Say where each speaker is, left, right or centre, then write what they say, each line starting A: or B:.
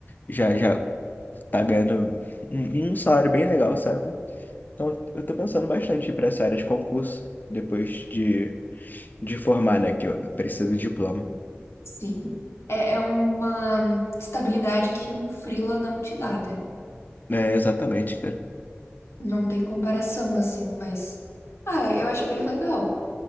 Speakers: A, on the left; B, on the left.
A: já já tá ganhando um, um salário bem legal, sabe? Então eu tô pensando bastante para essa área de concurso depois de de formar, né, que eu preciso de diploma.
B: sim. É, é uma estabilidade que um freela não te dá, né?
A: É, exatamente, cara.
B: Não tem comparação, assim, mas. Ah, eu acho bem legal.